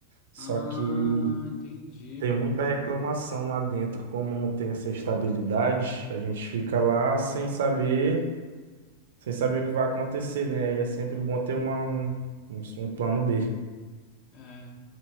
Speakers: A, on the right (about 60°); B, on the left (about 40°).
A: Só
B: Ah,
A: que
B: entendi,
A: tem
B: pô.
A: muita reclamação lá dentro, como não tem essa estabilidade, a gente fica lá sem saber, sem saber o que vai acontecer, né? E é sempre bom ter uma, um, um plano B.
B: É.